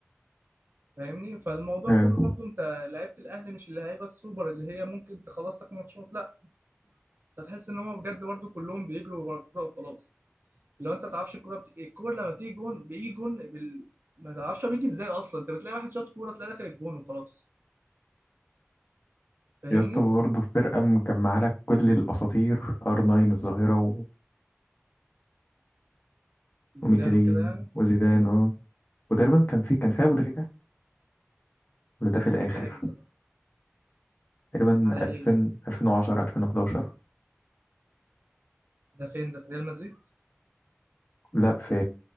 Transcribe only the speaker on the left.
ايوه
يا اسطى برضه في فرقه مجمعه لك كل الاساطير ار 9 الظاهره و-
وميكاليل
وزيدان اه وتقريبا كان في كان فيها ابو تريكه ولا ده في الاخر
تقريبا
2000
2010 2011
لا في